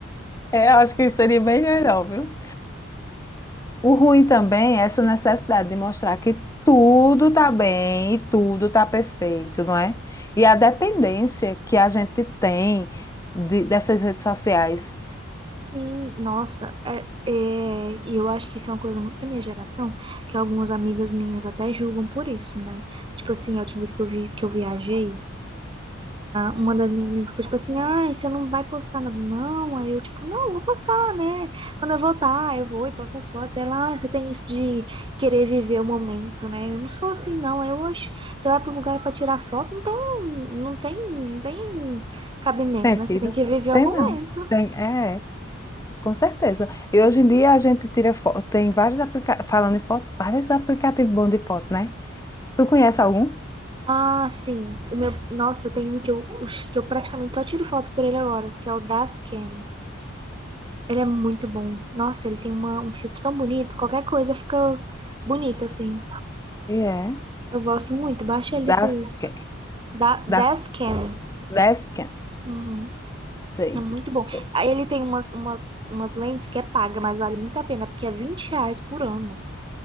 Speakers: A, on the left; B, on the right.
A: É, acho que seria bem melhor, viu? O ruim também é essa necessidade de mostrar que tudo tá bem e tudo tá perfeito, não é? E a dependência que a gente tem de- dessas redes sociais.
B: Sim, nossa, é, é, e eu acho que isso é uma coisa muito da minha geração, que algumas amigas minhas até julgam por isso, né? Tipo assim, a última vez que eu vi que eu viajei, uma das minhas amigas ficou tipo assim, ai, você não vai postar nada não? Aí eu, tipo, não, vou postar, né? Quando eu voltar, eu vou e posto as fotos. Ela, ah, você tem isso de querer viver o momento, né? Eu não sou assim, não. Eu hoje, você vai para os lugares para tirar foto, então não tem, não tem cabimento,
A: Sentido?
B: né? Você tem que viver
A: Tem
B: o momento.
A: não. Tem, é. Com certeza. E hoje em dia a gente tira foto, tem vários aplicativos, falando em foto, vários aplicativos bons de foto, né? Tu conhece algum?
B: Ah, sim. O meu, nossa, tem um que eu, que eu praticamente só tiro foto por ele agora, que é o das Cam. Ele é muito bom. Nossa, ele tem uma, um filtro tão bonito, qualquer coisa fica bonita, assim.
A: E é.
B: Eu gosto muito, baixa ele depois.
A: Dasken.
B: Da
A: Das,
B: 10 Cam.
A: Dasken,
B: Uhum.
A: sei.
B: É muito bom.
A: É
B: Aí ele tem umas, umas, umas lentes que é paga, mas vale muito a pena, porque é 20 reais por ano.